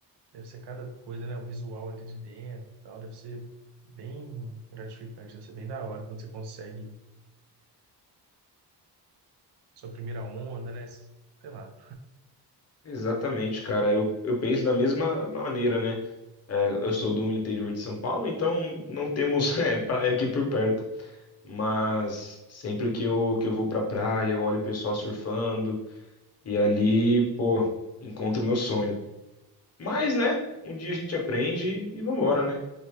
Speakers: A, on the right; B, on the left.
A: deve ser cada coisa, né? O visual ali de dentro e tal. Deve ser bem gratificante, deve ser bem da hora quando você consegue sua primeira onda, né? Sei lá.
B: Exatamente, cara. Eu, eu penso da mesma maneira, né? É, eu sou do interior de São Paulo, então não temos <laughs> é, praia aqui por perto. Mas sempre que eu, que eu vou pra praia, eu olho o pessoal surfando e ali, pô, encontro o meu sonho. Mas, né? Um dia a gente aprende e vambora, né?